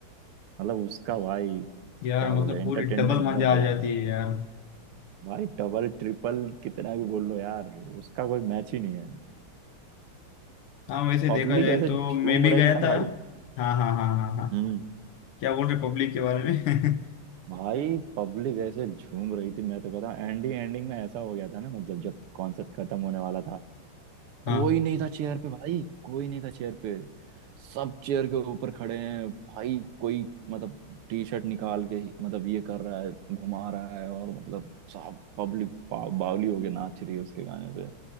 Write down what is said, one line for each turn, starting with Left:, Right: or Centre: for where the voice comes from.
Right: मतलब उसका भाई
Left: यार
Right: क्या
Left: मतलब
Right: बोले एंटरटेनमेंट
Left: पूरी डबल मजा
Right: डबल
Left: आ
Right: हो जाता
Left: जाती
Right: है
Left: है यार
Right: भाई डबल ट्रिपल कितना भी बोल लो यार उसका कोई मैच ही नहीं है
Left: हाँ वैसे
Right: पब्लिक
Left: देखा जाए
Right: ऐसे
Left: तो
Right: झूम
Left: मैं भी
Right: रही
Left: गया
Right: थी ना भाई
Left: था हाँ हाँ हाँ हाँ हाँ
Right: हम्म
Left: क्या बोल रहे पब्लिक के बारे में <laughs>
Right: भाई पब्लिक ऐसे झूम रही थी मैं तो कहता हूँ एंडिंग एंडिंग में ऐसा हो गया था ना मतलब जब कॉन्सर्ट खत्म होने वाला था
Left: हाँ
Right: कोई नहीं था चेयर पे भाई कोई नहीं था चेयर पे सब चेयर के ऊपर खड़े हैं भाई कोई मतलब टी शर्ट निकाल के ही- मतलब ये कर रहा है घुमा रहा है और मतलब साहब पब्लिक बावली होके नाच रही है उसके गाने पे